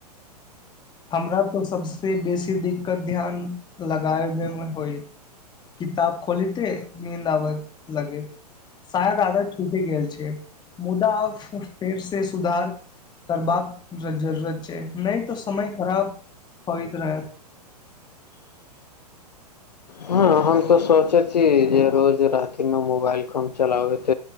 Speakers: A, on the left (about 20°); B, on the left (about 80°).
A: हमरा तऽ सबसे बेसी दिक्कत ध्यान लगाबे मे होइ किताब खोलिते नीद आबय लगे शायद आदत छूटि गेल छै मुदा फेर से सुधार करबाक जरूरत छै नहि तऽ समय खराब होइत रहत
B: हँ हम त सोचै छी जे रोज रातिमे मोबाइल कम चलाबैत